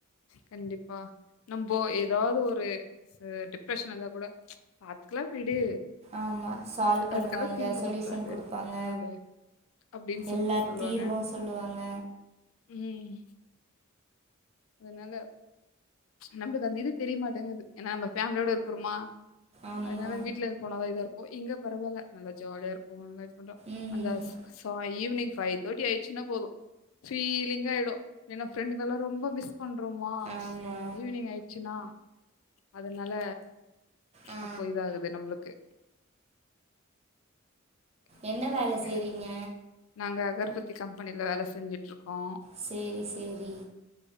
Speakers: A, on the left; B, on the right.
A: கண்டிப்பா நம்போ ஏதாவ்து ஒரு ச டிப்ரெஷன்ல இருந்தா கூட பாத்துக்லா விடு
B: ஆமா சால்வ் பண்ணுவாங்க
A: அதுக்கெல்லா ஃபீல் பண்ண
B: சொல்யூஷன்
A: கூடாது
B: குடுப்பாங்க
A: பாத்துக்லா விடு அப்டின்னு சொல்லிட்டு
B: எல்லா
A: சொல்லுவாங்க
B: தீர்வு சொல்லுவாங்க
A: ம் அதனால நம்ளுக்கு அந்த இது தெரியமாட்டேங்குது ஏனா நம்ம ஃபேமிலியோட இருக்றோமா
B: ஆமா
A: அதனால வீட்ல இருந்து போனாதா இதா இருக்கு இங்க பரவால்ல நல்லா ஜாலியா இருக்கு <unintelligible> கொண்டு
B: ம்
A: அந்த ஸ் சா ஈவினிங் ஃபைவ் தேர்டி ஆயிடுச்சுன்னா போது ஃபீலிங்க ஆயிடு ஏனா ஃப்ரெண்டு்ங்கெல்லா ரொம்ப மிஸ் பண்றோமா
B: ஆமா
A: ஈவினிங் ஆயிட்ச்சுனா அதனால
B: ஆ
A: அப்போ இதாகுது நம்ளுக்கு ஓகேங்க,
B: என்ன
A: ஓகேங்க.
B: வேல செய்றீங்க
A: நாங்க அகர்பத்தி கம்பெனில வேல செஞ்சுட் இருக்கோ
B: செரி செரி